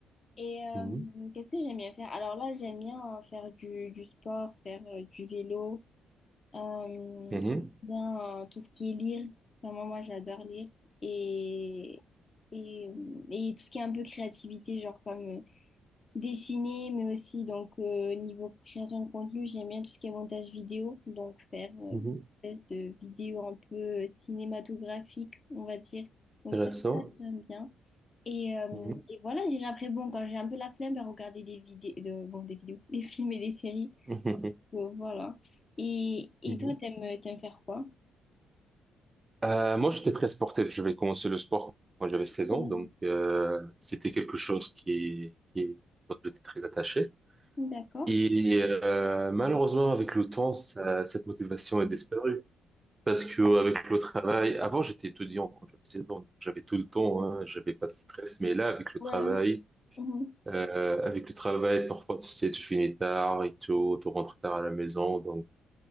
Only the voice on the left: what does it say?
Et euh,
qu'est-ce que j'aime bien faire? Alors là, j'aime bien euh, faire du, du sport, faire euh, du vélo, euh,
bien euh, tout ce qui est lire. Vraiment, moi, j'adore lire. Et, et, euh, et tout ce qui est un peu créativité, genre comme euh, dessiner, mais aussi donc euh, niveau création de contenu, j'aime bien tout ce qui est montage vidéo, donc faire euh,
des espèces de vidéos un peu euh, cinématographiques, on va dire. Donc
ça, ça, j'aime bien. Et, euh,
et voilà, j'irai après, bon, quand j'ai un peu la flemme, ben, regarder des vidéos, de, bon, des vidéos, <laughs> des films et des séries.
Donc, voilà. Et, et
toi, t'aimes, t'aimes faire quoi?
Mhm.
D'accord.
Ouais. Mhm.